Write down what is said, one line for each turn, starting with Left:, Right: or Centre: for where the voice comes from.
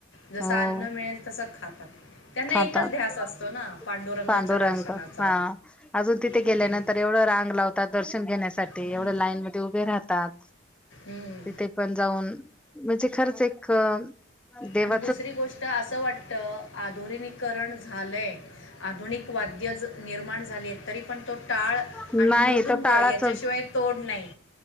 Left: जसं
Centre: हो
Left: अन्न मिळेल तसं खातात त्यांना
Centre: खातात
Left: एकच ध्यास असतो ना पांडुरंगाच्या
Centre: पांडू
Left: दर्शनाचा
Centre: रंग हा अजून तिथे
Left: हो
Centre: गेल्यानंतर
Left: की नाही
Centre: एवढ रांग लावतात दर्शन गेल्या तात ते
Left: हम्म.
Centre: एवढे लाईन म उभे राहात तात.
Left: हम्म.
Centre: तिथे पण जाऊन म्हणजे खरंच एक अ देव
Left: आणि दुसरी गोष्ट असं वाटतं आधुरीनिकरण झालंय. आधुनिक वाद्य निर्माण झाले तरी पण तो टाळ
Centre: नाही
Left: आणि मृदुंग
Centre: तो टाळाचच
Left: याच्याशिवाय तोड नाहीत.